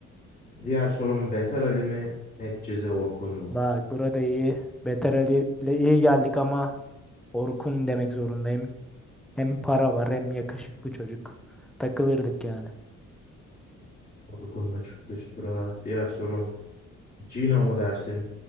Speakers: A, on the left (about 30°); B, in the centre.
A: Diğer sorum Beter Ali mi Medcezir Orkun mu?
B: Bak burada iyi. Beter Ali ile iyi geldik ama Orkun demek zorundayım. Hem para var hem yakışıklı çocuk. Takılırdık yani.
A: Orkun'la çıktı üst tura. Diğer sorum Cino mu dersin